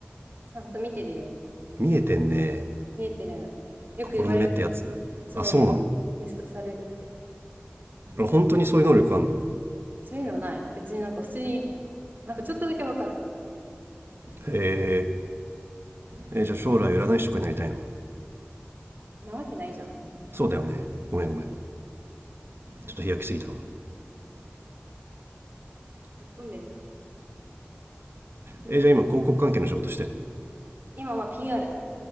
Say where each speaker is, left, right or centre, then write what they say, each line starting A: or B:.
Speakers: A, on the right; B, on the right.
A: ちゃんと見てるよ。
B: 見えてんね
A: 見えてる。よく言われる。
B: 心の目ってやつあそうなの
A: そう、見、見透かされるって。
B: 本当にそういう能力あんの
A: そういうのはない。別になんか普通に、なんかちょっとだけわかる。
B: へええじゃあ将来占い師とかになりたいの
A: なわけないじゃん。
B: そうだよねごめんごめんちょっと飛躍しすぎたわ
A: ぶっ飛んでんな。
B: えーじゃあ今広告関係の仕事してんの
A: 今は PR。